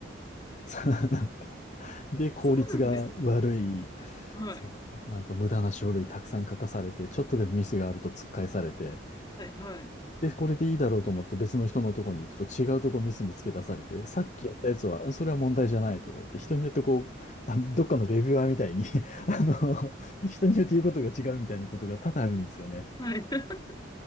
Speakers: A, on the left (about 35°); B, on the left (about 20°).
A: <laughs> で、効率が悪い。
B: そうなんですか。はい。
A: そう。なんか無駄な書類たくさん書かされて、ちょっとでもミスがあると突っ返されて、
B: はいはい。
A: で、これでいいだろうと思って別の人のとこに行くと違うとこミス見つけ出されて、さっきやったやつは、それは問題じゃないとか言って、人によってこう、あ、どっかのレビュアーみたいに <laughs> あの、人によって言うことが違うみたいなことが多々あるんですよね。
B: はい。<laughs>